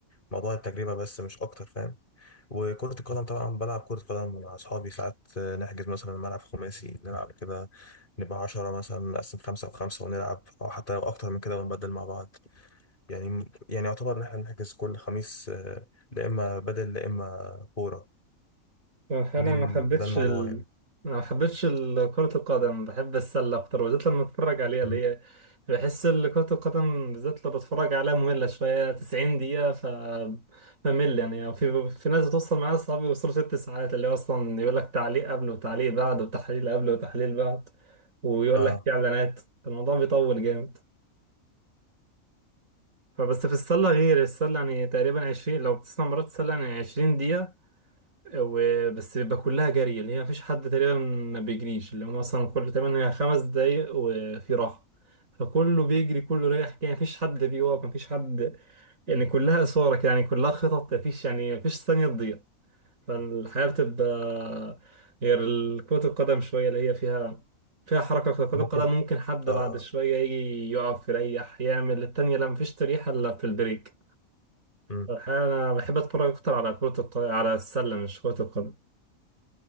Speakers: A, on the left; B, on the right.
A: موضوع التجربه بس مش اكتر فاهم وكرة القدم طبعا بلعب كرة قدم مع أصحابي ساعات آه، نحجز مثلا ملعب خماسي نلعب كده نبقى عشرة مثلا نقسم خمسة وخمسة ونلعب أو حتى لو أكتر من كده ونبدل مع بعض يعني يعني يعتبر ان احنا بنحجز كل خميس آه، لا اما بدل لا اما كوره
B: انا
A: دي
B: ما
A: ال-
B: حبيتش
A: ده الموضوع
B: ال...
A: يعني
B: ما حبيتش ال- كرة القدم بحب السلة اكتر وبالذات لما اتفرج عليها اللي
A: مم.
B: هي بحس ال- كرة القدم بالذات لو بتفرج عليها مملة شوية 90 دقيقة ف بمل يعني في في ناس بتوصل معايا اصحابي يوصلوا ست ساعات اللي هو اصلا يقول لك تعليق قبل وتعليق بعد وتحليل قبل وتحليل بعد ويقول
A: اه
B: لك في اعلانات الموضوع بيطول جامد فبس في السلة غير السلة يعني تقريبا عشرين لو بتسمع مرات السلة يعني عشرين دقيقة وبس بيبقى كلها جري اللي هي مفيش حد تقريبا ما بيجريش اللي هو مثلا كل تمانية خمس دقايق وفي راحة فكله بيجري كله رايح يعني مفيش حد بيقف مفيش حد يعني كلها إثارة كده، يعني كلها خطط مفيش يعني مفيش ثانية تضيع فالحياة بتبقى غير كرة القدم شوية اللي هي فيها فيها حركة أكتر كرة
A: ممكن
B: القدم ممكن حد
A: اه
B: بعد شوية يجي يقف يريح يعمل التانية لا مفيش تريحة إلا في البريك
A: مم.
B: الحقيقة أنا بحب أتفرج أكتر على كرة الق... على السلة مش كرة القدم